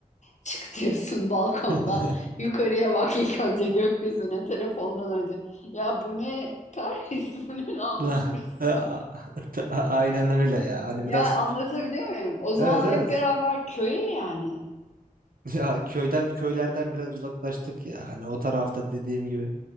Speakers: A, on the left (about 55°); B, on the right (about 75°).
A: Çık diyorsun balkondan.
B: <laughs>
A: Yukarıya bak ilk önce gökyüzüne telefondan önce. Ya bu ne Paris, <laughs> bu ne lanet
B: La-
A: hırsı.
B: a- a- Aynen öyle ya. Hani
A: Ya
B: biraz
A: anlatabiliyor muyum? O zaman
B: evet evet.
A: hep beraber köye yani.
B: <laughs> Ya köyden köylerden biraz uzaklaştık ya. Hani o tarafta dediğim gibi.